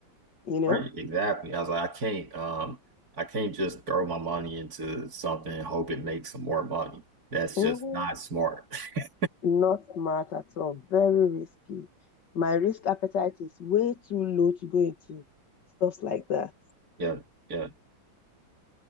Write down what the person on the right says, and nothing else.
Right, exactly. I was like, I can't, um, I can't just throw my money into something and hope it makes some more money. That's
just not smart. <laughs>
Yeah, yeah.